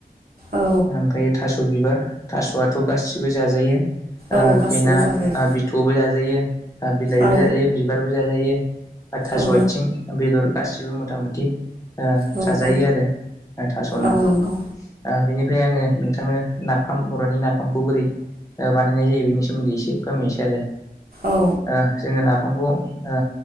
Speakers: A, on the right (about 70°); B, on the left (about 20°).
A: औ
B: ओमफ्राय थास' बिबार थास'आथ' गासिबो जाजायो ओ
A: औ गासिबो
B: बेना
A: जाजायो
B: बिथ'बो जाजायो बिलाइबो
A: औ
B: जाजायो बिबारबो जाजायो थास'
A: औ
B: आइथिं बेदर गासिबो गसिबो मथा मथि ओ
A: औ
B: जाजायो
A: औ
B: आरो ओ थास'ना
A: औ
B: ओ
A: नंगौ
B: बेनिफ्राय आङो नोंथांनो नाफाम बर'नि नाफामखौ बोरै ओ बा नायनाय जायो बेनि सोमोनदै इसे फोरमायनिसै आरो
A: औ
B: ओ जोङो ना फांखौ ओ